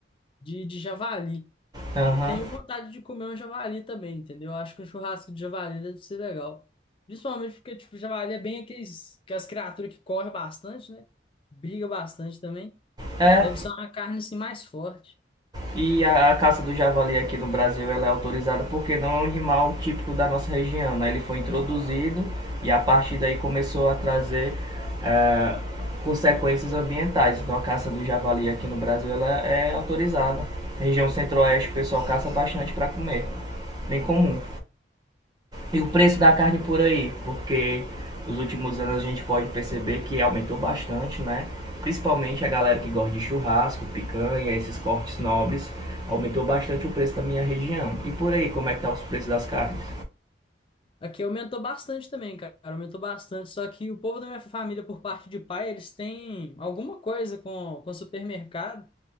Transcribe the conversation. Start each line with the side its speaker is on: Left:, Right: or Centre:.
Left: de, de javali.
Right: Aham.
Left: E tenho vontade de comer um javali também, entendeu? Eu Acho que um churrasco de javali deve ser legal. Principalmente porque, tipo, javali é bem aqueles, aquelas criaturas que correm bastante, né? Briga bastante também.
Right: É,
Left: Deve ser uma carne, assim, mais forte.
Right: E a, a caça do javali aqui no Brasil ela é autorizada porque não é um animal típico da nossa região. Né? Ele foi introduzido e a partir daí começou a trazer eh, consequências ambientais. Então a caça do javali aqui no Brasil ela é autorizada. Região centro-oeste o pessoal caça bastante para comer, bem comum. E o preço da carne por aí, porque nos últimos anos a gente pode perceber que aumentou bastante, né? Principalmente a galera que gosta de churrasco, picanha, esses cortes nobres, aumentou bastante o preço da minha região. E por aí, como é que tá os preços das carnes?
Left: Aqui aumentou bastante também, cara. Aumentou bastante. Só que o povo da minha família, por parte de pai, eles têm alguma coisa com, com supermercado.